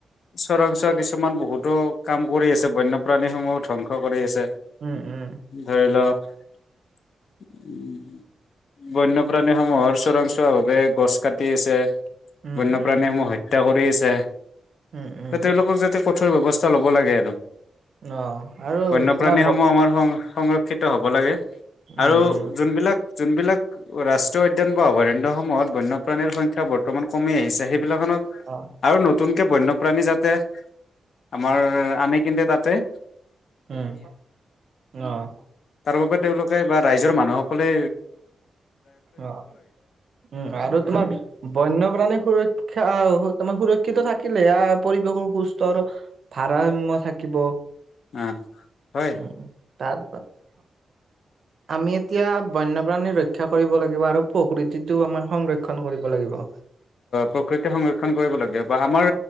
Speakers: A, on the left; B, on the right.
A: চৰাংচোৱা কিছুমান বহুতো কাম কৰি আছে বন্যপ্ৰাণীসমূহ ধ্বংস কৰি আছে।
B: উম, উম।
A: ধৰি বন্যপ্ৰাণীসমূহৰ চোৰাংচোৱা ভাৱে গছ কাটি আছে।
B: উম
A: বন্যপ্ৰাণীসমূহ
B: উম
A: হত্য ত্যা কৰি আছে।
B: উম উম
A: তেওঁলোকক যাতে ক কঠোৰ ব্যৱস্থা ল'ব লাগে আৰু।
B: অ আৰু
A: বন্যপ্ৰাণী
B: তোমাৰ ব-
A: সমূহ আমাৰ সং সংৰক্ষ। শিক্ষিত হ'ব লাগে।
B: উম
A: আৰু
B: উম
A: যোনবিলাক যোনবিলাক ৰাষ্ট্ৰীয় উদ্যান বা অভয়াৰণ্যসমূহত বন্যপ্ৰাণীৰ সংখ্যা বৰ্তমান কমি আহিছে সেই খনত
B: অ
A: আৰু নতুনকে বন্য প্ৰণী যাতে আমাৰ। আনে কিন্ত তাতেই।
B: উম, অহ।
A: তাৰ বাবে তেওঁলোকে বা ৰাইজৰ মানুহক। সকলে
B: অহ উম আৰু তোমাৰ বন্যপ্ৰাণী সুৰ। সুৰক্ষিত থাকিলে পৰিৱেশৰ সুস্থ আৰু ভাৰসাম্য থাকিব।
A: আহ হয়
B: উম তাৰ। <unintelligible> আমি এতিয়া। বন্যপ্ৰাণী ৰক্ষা কৰিব লাগিব আৰু প্ৰকৃতিটো আমাৰ সংৰক্ষন কৰিব লাগিব।
A: প্ৰকৃতি সংৰক্ষণ কৰিব লাগে বা আমাৰ